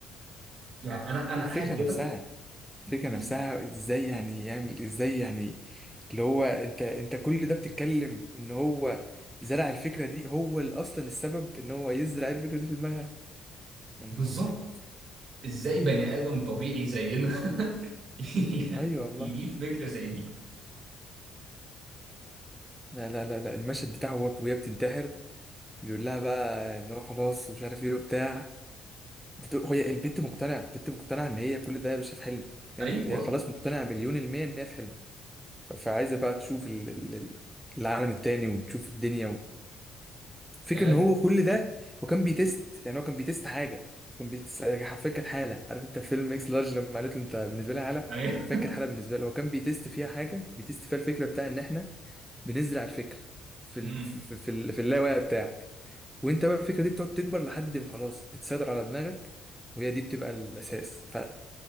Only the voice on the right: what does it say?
يعني انا انا
قاعد كده
إز-
بالظبط
ازاي بني ادم طبيعي زينا <laughs> يعني
يجيب فكره زي دي
ايوه
آه،
ايوه
<laughs> مم.